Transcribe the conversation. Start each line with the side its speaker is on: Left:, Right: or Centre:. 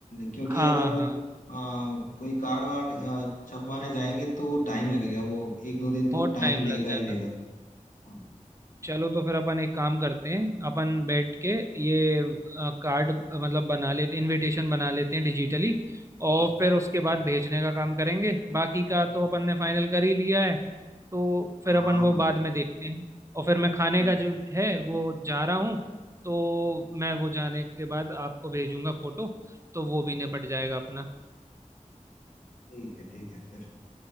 Left: क्योंकि
Right: हाँ
Left: अगर आ,
Right: हाँ
Left: कोई कार्ड वार्ड आ, छपवाने जाएंगे तो टाइम लगेगा वो एक दो दिन तो
Right: बहुत
Left: टाइम
Right: टाइम लग
Left: लेगा
Right: जाएगा
Left: ही लेगा हाँ
Right: चलो तो फिर अपन एक काम करते हैं अपन बैठ के ये अ, कार्ड मतलब बना लेते इनविटेशन बना लेते हैं डिजिटली और
Left: हाँ
Right: फिर उसके बाद भेजने का काम करेंगे बाकी का तो अपन ने फाइनल कर ही लिया है तो
Left: हाँ,
Right: फिर अपन वो
Left: हम लोग
Right: बाद में देखते हैं और फिर मैं खाने
Left: ठीक
Right: का जो है वो जा रहा हूँ तो मैं वो जाने के बाद आपको भेजूंगा फोटो तो वो भी निपट जाएगा अपना
Left: ठीक है ठीक है फिर